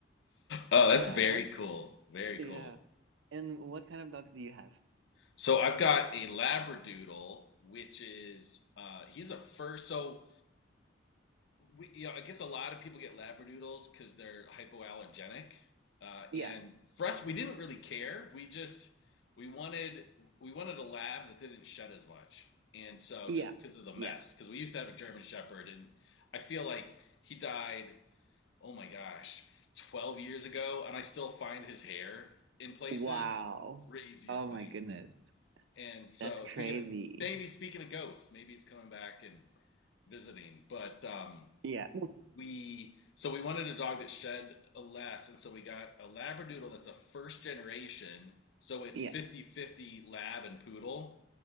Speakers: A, on the left; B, on the right.
A: Oh, that's
B: Yeah,
A: very
B: what?
A: cool. Very
B: Yeah.
A: cool.
B: And what kind of dogs do you have?
A: So I've got a Labradoodle, which is uh, he's a fur. So we, you know, I guess a lot of people get Labradoodles because they're hypoallergenic. Uh,
B: Yeah.
A: and for us, we didn't really care. We just we wanted we wanted a lab that didn't shed as much, and so
B: Yeah.
A: just because of the mess,
B: Yeah.
A: because we used to have a German Shepherd, and I feel like he died. Oh my gosh, twelve years ago, and I still find his hair in places.
B: Wow.
A: Craziest
B: Oh
A: thing.
B: my goodness.
A: And so
B: That's crazy.
A: speaking, of, maybe speaking of ghosts, maybe he's coming back and visiting. But um,
B: Yeah.
A: we so we wanted a dog that shed less, and so we got a Labradoodle that's a first generation. So it's
B: Yeah.
A: fifty-fifty lab and poodle.